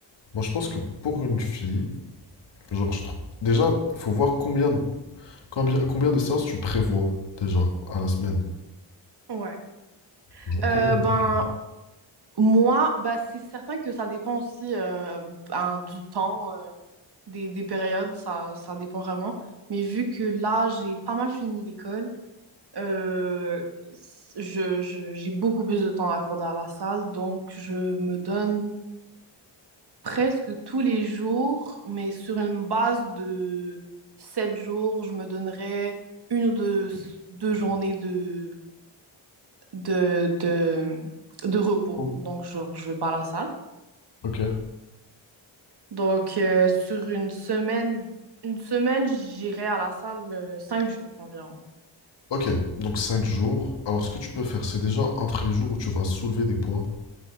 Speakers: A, on the left; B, on the right.
A: Moi, je pense que pour une fille, Genre, je trouve- déjà, faut voir combien, combien, combien de séances tu prévois déjà à la semaine.
B: ouais.
A: Genre,
B: Euh,
A: combien de
B: ben,
A: fois tu
B: moi, ben, c'est certain que ça dépend aussi euh, ben, du temps, euh, des, des périodes, ça, ça dépend vraiment. Mais vu que là, j'ai pas mal fini l'école, Euh, je, je- j'ai beaucoup plus de temps à accorder à la salle, donc je me donne presque tous les jours, mais sur une base de sept jours, je me donnerais une ou deux, deux journées de, de, de, de repos,
A: prévois
B: donc genre, je vais pas à la salle.
A: Ok.
B: Donc euh, sur une semaine, une semaine, j'irai à la salle euh, cinq jours environ.
A: Ok, donc cinq jours. Alors, ce que tu peux faire, c'est déjà entre les jours où tu vas soulever des poids,